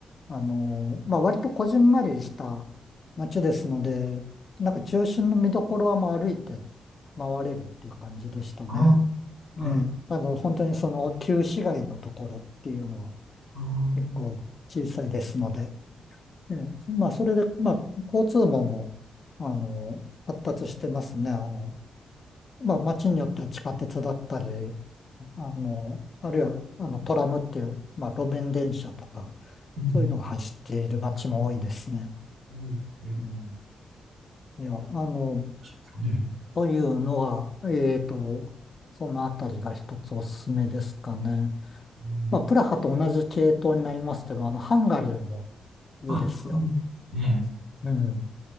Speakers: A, on the left; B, on the right.
A: あの、まあ割とこじんまりした街ですので、なんか中心の見どころはまあ歩いて回れるっていう感じでしたね。
B: あ、ある、
A: ええ、あの、本当にその旧市街のところっていうのは
B: あー、
A: 結構小さいですので、ええ、まあそれで、まあ交通網も、あの、発達してますね。あの、まあ、街によっては地下鉄だったり、あの、あるいは、あの、トラムっていう、まあ、路面電車とか、
B: うん、
A: そういうのが走っている街も多いですね。
B: うん、ね
A: うん。いや、あの、
B: 結構ね、
A: というのは、えーと、そのあたりが一つおすすめですかね。
B: うん、
A: まあ、プラハと同じ系統になりますけど、あの、ハンガリーもいいですよ。
B: あ、うん、ね、
A: うん。